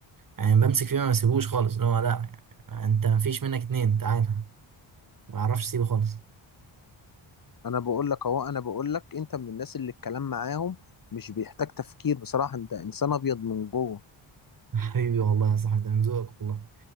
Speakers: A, on the right; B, on the left.
A: يعني بمسك فيه ما بسيبوش خالص اللي هو لا انت مفيش منك اتنين تعالى ما بعرفش اسيبه خالص
B: أنا بقول لك أهو أنا بقول لك أنت من الناس اللي الكلام معاهم مش بيحتاج تفكير بصراحة أنت إنسان أبيض من جوه
A: <laughs> حبيبي والله يا صاحبي ده من ذوقك والله